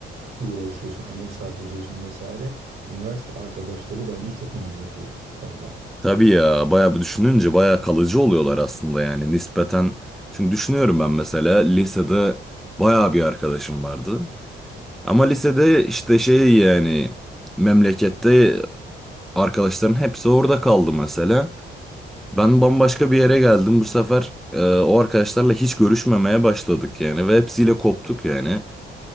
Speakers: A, on the right (about 55°); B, in the centre.
A: uğraşıyorsun, emek sarf ediyorsun vesaire. Üniversite arkadaşları bence çok önemli bu konuda.
B: Tabii ya bayağı bir düşününce bayağı kalıcı oluyorlar aslında yani nispeten. Çünkü düşünüyorum ben mesela lisede bayağı bir arkadaşım vardı. Ama lisede işte şey yani memlekette arkadaşların hepsi orada kaldı mesela. Ben bambaşka bir yere geldim bu sefer e, o arkadaşlarla hiç görüşmemeye başladık yani ve hepsiyle koptuk yani.